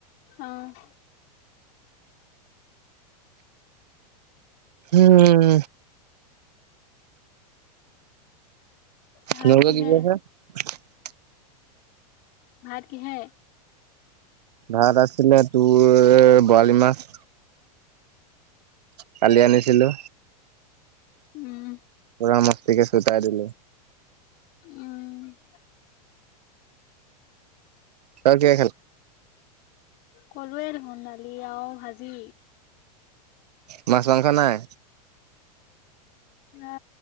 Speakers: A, on the left; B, on the right.
A: অ'।
B: উম
A: ভাত
B: নগ
A: কিহে?
B: জীৱ কা <unintelligible>
A: ভাত কিহে
B: ভাত আছিলে তোৰ বৰালি মাহ কালি আনিছিলো
A: উম,
B: পোৰা মস্তিকে চুতাই দিলো
A: উম।
B: তই কিহে খালা
A: কলোৱে দেখোন দালি আৰু ভাজি
B: মাছ মাংস নাই
A: অ